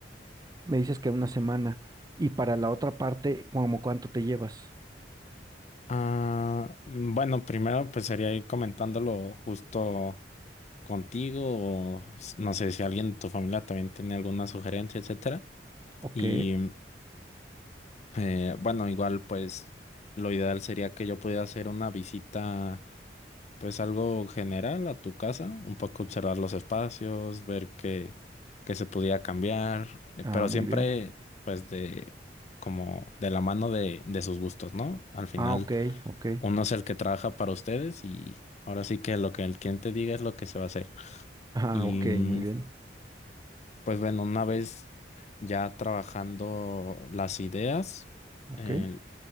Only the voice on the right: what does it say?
me dices que una semana. Y para la otra parte, ¿como cuánto te llevas?
Ok.
Ah,
muy
bien.
Ah, ok, ok. <laughs>
Ah,
ok,
muy bien.
Ok,